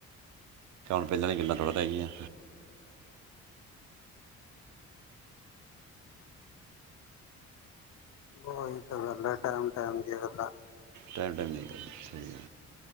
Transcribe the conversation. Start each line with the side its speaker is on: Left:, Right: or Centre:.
Right: ਪਹਿਲੇ ਵਾਲੀ ਗੱਲਾਂ ਥੋੜੇ ਰਹੇ ਗਇਆ।
Left: ਓਹੀ ਤੇ ਗੱਲ ਹੈ ਟਾਈਮ-ਟਾਈਮ ਦੀ ਗੱਲਾਂ।
Right: ਟਾਈਮ-ਟਾਈਮ ਦੀ ਗੱਲ ਆ।